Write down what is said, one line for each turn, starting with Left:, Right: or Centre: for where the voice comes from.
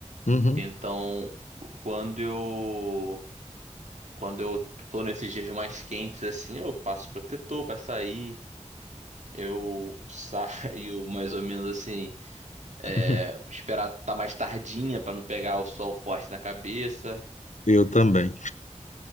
Left: Uhum.
Right: Então, quando eu quando eu tô nesses dias mais quentes assim, eu passo protetor pra sair. Eu saio <laughs> mais ou menos assim,
Left: <laughs>
Right: é, esperar tá mais tardinha pra não pegar o sol forte na cabeça.
Left: Eu também.